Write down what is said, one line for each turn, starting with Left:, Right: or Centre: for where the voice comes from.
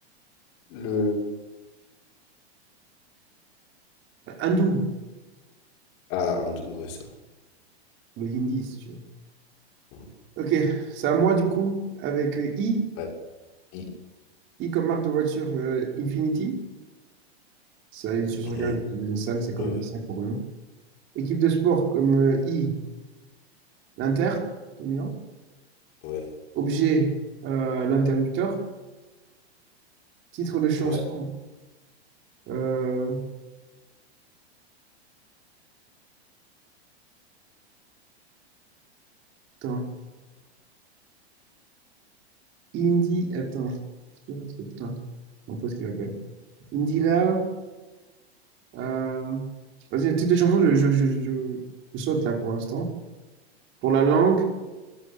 Left: le...
Right: Hindou.
Left: Ah, un, ouais, c'est vrai.
Right: Le hindi, si tu veux.
Left: Mm.
Right: Ok, c'est à moi du coup, avec euh, I,
Left: Ouais. I-
Right: I comme marque de voiture euh, Infinity. C'est une sous-marque
Left: Mm,
Right: de, Nissan, c'est comme
Left: euh,
Right: Nissan pour Renault. Équipe de sport comme euh, I, l'Inter, de Milan.
Left: ouais,
Right: Objet, euh, l'interrupteur. Titre de chanson,
Left: ouais,
Right: euh, putain, Indie, attends, c'est pas un truc, putain, mon pote qui m'appelle. Indila, Euh, vas-y, le titre de chanson, je, je, je, je- je saute là pour l'instant. Pour la langue,